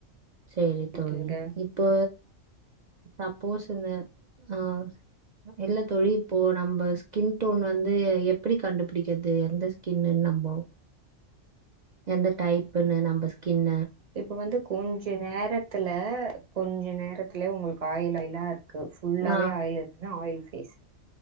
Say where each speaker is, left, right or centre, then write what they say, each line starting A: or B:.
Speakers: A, on the right; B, on the right.
A: சரி
B: ஓகேங்க
A: தோழி இப்போ சப்போஸ் இந்த ஆஹ் இல்லத்தோழி இப்போ நம்ம ஸ்கின் டோன் வந்து எப்படி கண்டுபிடிக்கிறது எந்த ஸ்கின்ன்னு நம்ம எந்த டைப்புன்னு நம்ம ஸ்கின்
B: இப்ப வந்து கொஞ்ச நேரத்துல கொஞ்ச நேரத்துலயே உங்களுக்கு ஆயிலல்லாம் இருக்கு புல்லாவே
A: ஆ
B: ஆயில் இருக்குன்ன ஆயில் பேசு